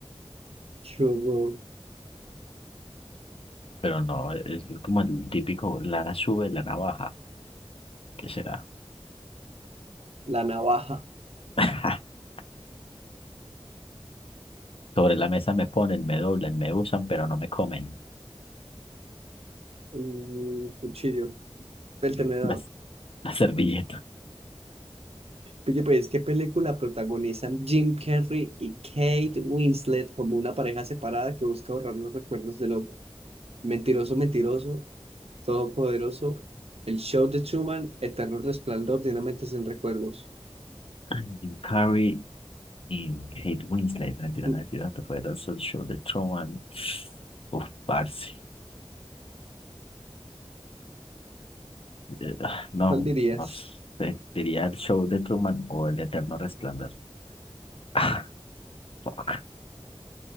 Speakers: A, on the right; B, on the left.
A: yo no,
B: Pero no, es como el típico, lana sube, lana baja. ¿Qué será?
A: la navaja,
B: <laughs> Sobre la mesa me ponen, me doblan, me usan, pero no me comen.
A: un cuchillo, el
B: <laughs>
A: tenedor.
B: La, la servilleta.
A: Oye, pues, ¿qué película protagonizan Jim Carrey y Kate Winslet como una pareja separada que busca borrar los recuerdos de los mentiroso, mentiroso, todopoderoso, el show de Truman, eterno resplandor de una mente sin recuerdos?
B: Ay, un Curry Y Kate Winslet, mentira,
A: Uy,
B: mentira, te fue el show de Truman. Uf, parce. eh, ah, No,
A: ¿Cuál dirías?
B: no sé, diría el show de Truman o el eterno resplandor. <laughs> Ah, fuck,